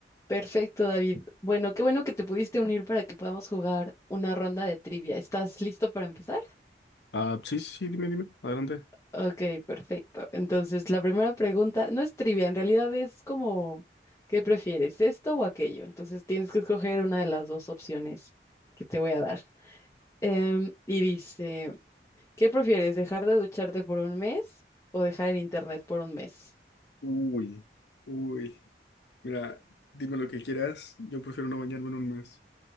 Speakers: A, on the left; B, on the left.
A: Perfecto, David. Bueno, qué bueno que te pudiste unir para que podamos jugar una ronda de trivia. ¿Estás listo para empezar?
B: Ah, sí, sí, sí, dime, dime, adelante.
A: Ok, perfecto. Entonces, la primera pregunta no es trivia, en realidad es como, ¿qué prefieres, esto o aquello? Entonces, tienes que escoger una de las dos opciones que te voy a dar. Em, y dice, ¿qué prefieres, dejar de ducharte por un mes o dejar el internet por un mes?
B: Uy, uy. Mira, dime lo que quieras. Yo prefiero no bañarme en un mes.